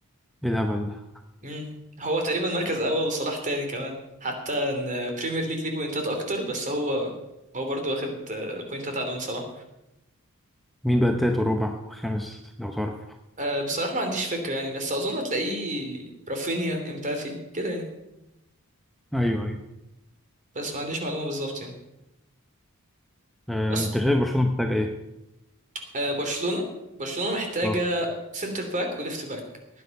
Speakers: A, in the centre; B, on the right.
A: ايه الهبل ده
B: امم هو تقريبا مركز اول وصلاح تاني كمان حتى ان بريمير ليج ليه بوينتات اكتر بس هو هو برضو واخد آه، بوينتات اعلى من صلاح
A: مين بقى التالت وربع وخامس لو تعرف
B: أه بصراحه ما عنديش فكره يعني بس اظن هتلاقيه رافينيا امبافي كده يعني
A: ايوه ايوه
B: بس ما عنديش معلومه بالظبط يعني
A: آه،
B: بس
A: انت شايف برشلونة محتاج ايه؟
B: أه برشلونه برشلونه محتاجه
A: اه
B: سنتر باك وليفت باك